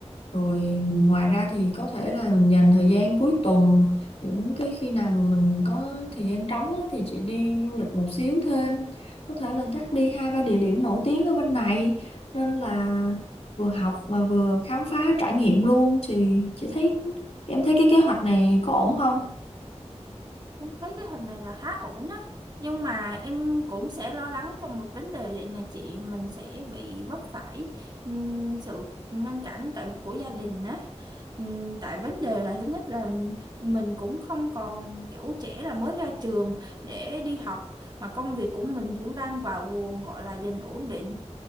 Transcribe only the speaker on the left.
Rồi ngoài ra thì có thể là mình dành thời gian cuối tuần, những cái khi nào mà mình có thời gian trống á, thì chị đi du lịch một xíu thêm có thể là chắc đi hai ba địa điểm nổi tiếng ở bên này nên là vừa học và vừa khám phá trải nghiệm luôn thì chị thấy em thấy cái kế hoạch này có ổn không